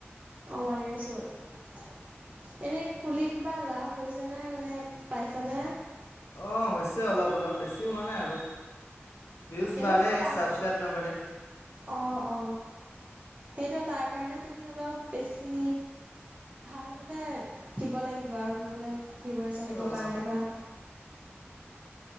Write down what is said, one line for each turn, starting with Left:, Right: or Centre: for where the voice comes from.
Right: অঁৱান ইয়াৰছ হ'ল। এনে খুলি কিবা লাভ হৈছেনে মানে পাইছানে?
Left: অ হৈছে অলপ অলপ বেছি হোৱা নাই আৰু। ভিউজ
Right: এনে
Left: বাঢ়ে
Right: বাৰু কম
Left: ছাবস্ক্ৰাইব নাবাঢ়ে
Right: অ-অ, সেইটো তাৰ কাৰণে তুমি অলপ বেছি ভাল মানে দিব লাগিব আৰু তোমাৰ মানে। ভিউৱাচ আহিবৰ
Left: অঁ
Right: কাৰণে বা